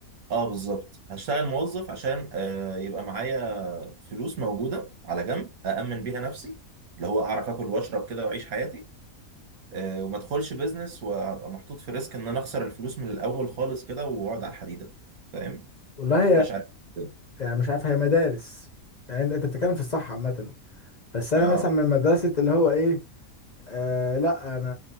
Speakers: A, on the right; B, on the left.
A: اه بالظبط هشتغل موظف عشان آه يبقى معايا فلوس موجوده على جنب أأمن بيها نفسي اللي هو اعرف اكل واشرب كده واعيش حياتي آه وما ادخلش بيزنس وابقى محطوط في ريسك ان انا اخسر الفلوس من الاول خالص كده واقعد على الحديده فاهم
B: والله
A: ما بقاش عارف إزاي.
B: يعني مش عارف هي مدارس يعني انت انت بتتكلم في الصح عامة بس انا
A: اه
B: مثلا من مدرسة اللي هو ايه آه لا انا